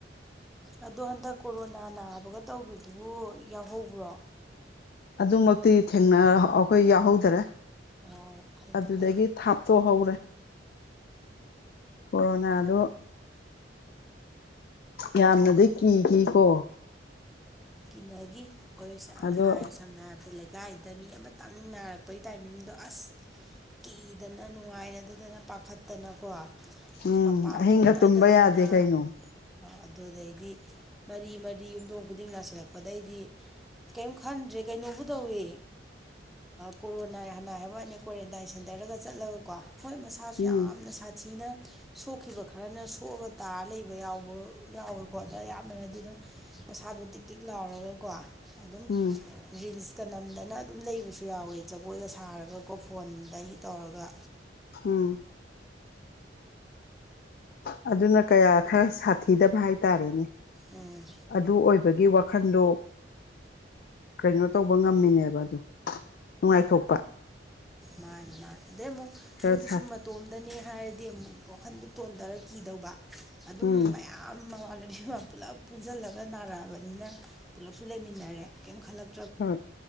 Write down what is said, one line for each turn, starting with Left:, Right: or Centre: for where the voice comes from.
Centre: ꯑꯗꯣ ꯍꯟꯗꯛ ꯀꯣꯔꯣꯅꯥ ꯅꯥꯕꯒ ꯇꯧꯈꯤꯕꯗꯨꯕꯨ ꯌꯥꯎꯍꯧꯕ꯭ꯔꯣ꯫
Left: ꯑꯗꯨꯃꯛꯇꯤ ꯊꯦꯡꯅ ꯑꯈꯣꯏ ꯌꯥꯎꯍꯧꯗ꯭ꯔꯦ꯫
Centre: ꯑꯣ ꯐꯩ
Left: ꯑꯗꯨꯗꯒꯤ
Centre: ꯐꯩ
Left: ꯊꯥꯞꯇꯣꯛꯍꯧꯔꯦ꯫ ꯀꯣꯔꯣꯅꯥꯗꯣ ꯌꯥꯝꯅꯗꯤ ꯀꯤꯈꯤꯀꯣ꯫
Centre: ꯀꯤꯅꯒꯤ ꯑꫭꯏꯁ ꯑꯥ
Left: ꯑꯗꯣ
Centre: ꯍꯥꯏ ꯁꯝꯅ ꯍꯥꯏꯔꯕꯗ ꯂꯩ ꯀꯥꯏꯗ ꯃꯤ ꯑꯃꯇꯪ ꯅꯥꯔꯛꯄꯒꯤ ꯇꯥꯏꯃꯤꯡꯗꯣ ꯑꯁ꯫ ꯀꯤꯗꯅ ꯅꯨꯡꯉꯥꯏꯅꯗꯗꯅ ꯄꯥꯈꯠꯇꯅꯀꯣ꯫
Left: ꯎꯝ
Centre: ꯁ ꯃꯄꯥꯟ
Left: ꯑꯍꯤꯡꯒ
Centre: ꯊꯣꯛꯅꯗꯗꯅ꯫
Left: ꯇꯨꯝꯕ ꯌꯥꯗꯦ ꯀꯩꯅꯣ
Centre: ꯑ ꯑꯗꯨꯗꯩꯗꯤ ꯃꯔꯤ-ꯃꯔꯤ ꯌꯨꯝꯊꯣꯡ ꯈꯨꯗꯤꯡꯅ ꯂꯥꯁ ꯂꯛꯄꯗꯩꯗꯤ ꯀꯩꯝ ꯈꯟꯗ꯭ꯔꯦ ꯀꯩꯅꯣꯕꯨ ꯇꯧꯋꯦ꯫ ꯀꯣꯔꯣꯅꯥ ꯍꯅꯥꯏ ꯍꯥꯏꯕ ꯋꯥꯅꯤ ꯀ꯭ꯋꯥꯔꯦꯟꯇꯥꯏꯟ ꯁꯦꯟꯇꯔꯒ ꯆꯠꯂꯒꯀꯣ ꯍꯣꯏ ꯃꯁ ꯁꯥꯁꯨ
Left: ꯎꯝ
Centre: ꯌꯥꯝꯅ ꯁꯥꯊꯤꯅ ꯁꯣꯛꯈꯤꯕ ꯈꯔꯅ ꯁꯣꯛꯑꯒ ꯇꯥꯔ ꯂꯩꯕ ꯌꯥꯎꯕ ꯌꯥꯎꯋꯦꯀꯣ ꯑꯗ ꯑꯌꯥꯝꯕꯅꯗꯤ ꯑꯗꯨꯝ ꯄꯩꯁꯥꯗꯣ ꯗꯤꯛ-ꯗꯤꯛ ꯂꯥꯎꯔꯒꯀꯣ ꯑꯗꯨꯝ
Left: ꯎꯝ
Centre: ꯔꯤꯜꯁ ꯀ ꯅꯝꯗꯅ ꯑꯗꯨꯝ ꯂꯩꯕꯁꯨ ꯌꯥꯎꯋꯦ ꯖꯒꯣꯏꯒ ꯁꯥꯔꯒꯀꯣ ꯐꯣꯟꯗꯒꯤ ꯇꯧꯔꯒ꯫
Left: ꯎꯝ ꯑꯗꯨꯅ ꯀꯌꯥ ꯈꯔ ꯁꯥꯊꯤꯗꯕ ꯍꯥꯏꯇꯥꯔꯦꯅꯦ꯫
Centre: ꯎꯝ
Left: ꯑꯗꯨ ꯑꯣꯏꯕꯒꯤ ꯋꯥꯈꯟꯗꯣ ꯀꯩꯅꯣ ꯇꯧꯕ ꯉꯝꯃꯤꯅꯦꯕ ꯑꯗꯣ ꯅꯨꯡꯉꯥꯏꯊꯣꯛꯄ꯫
Centre: ꯃꯥꯅꯦ-ꯃꯥꯅꯦ ꯑꯗꯩ ꯃꯨꯛ
Left: ꯈꯔ
Centre: ꯃꯣꯏꯗꯨ
Left: ꯁꯥ
Centre: ꯁꯨꯝꯃ ꯇꯣꯝꯗꯅꯤ ꯍꯥꯏꯔꯗꯤ ꯑꯃꯨꯛ ꯋꯥꯈꯟꯗ ꯇꯣꯟꯙꯔ ꯀꯤꯗꯧꯕ ꯑꯗꯨꯝ
Left: ꯎꯝ
Centre: ꯃꯌꯥꯝ ꯌꯥꯝ ꯃꯃꯥꯟꯅꯕꯤ ꯃ ꯄꯨꯂꯞ ꯄꯨꯟꯁꯤꯜꯂꯒ ꯅꯥꯔꯛꯑꯕꯅꯤꯅ ꯄꯨꯂꯞꯁꯨ ꯂꯩꯃꯤꯟꯅꯔꯦ ꯀꯩꯝ ꯈꯜꯂꯛ
Left: ꯍꯣꯏ